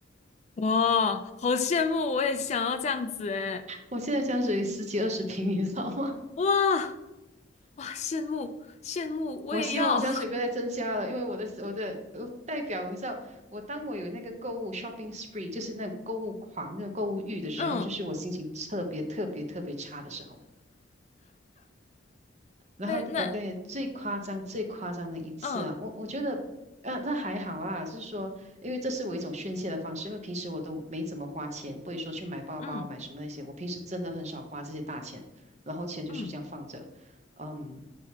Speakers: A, on the left; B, on the right.
A: 哇，好羡慕，我也想要这样子诶。
B: 我现在香水十几二十瓶，<laughs> 你知道吗？<laughs>
A: 哇哇，羡慕羡慕，我也要。
B: 我希望我香水不要再增加了，
A: <laughs>
B: 因为我的我的呃代表，你知道，我当我有那个购物 shopping spree，就是那种购物狂、那种购物欲的时候，
A: 嗯，
B: 就是我心情特别特别特别差的时候。然后我跟你最夸张、
A: 那那
B: 最夸张的一次啊，
A: 嗯
B: 我我觉得，啊，这还好啦，就是说，因为这是我一种宣泄的方式，因为平时我都没怎么花钱，不会说去买包包、
A: 嗯
B: 买什么那些，我平时真的很少花这些大钱，然后钱就是这样放着，
A: 嗯
B: 嗯，